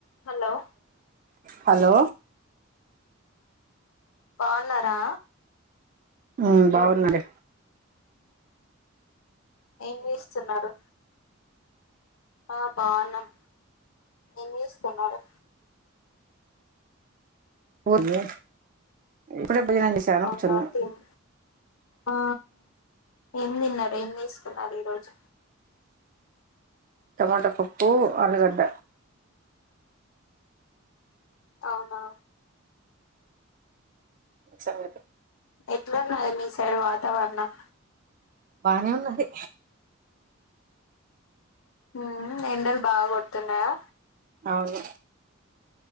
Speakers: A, on the left; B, on the right.
A: hollow
B: hello
A: బాన్నారా
B: ఊ బాగున్నాలే
A: ఏం చేస్తున్నారు ఆ బాన్నాం ఏం చేస్తున్నారు
B: పోలే ఇప్పుడే భోజనం చేసానం
A: అవునా
B: కుచున్నాం
A: తిన్ ఆ.... ఏం తిన్నారు ఏం చేసుకున్నారు ఈ రోజు అది దోస
B: టమాటా పప్పు ఆలుగడ్డ
A: అవ్నా
B: సంగిత
A: ఎట్లున్నాది మీ సైడ్ వాతావరణం
B: బానే ఉన్నది
A: ఊ ఎండలు బాగ్ కొడుతున్నాయా
B: అవును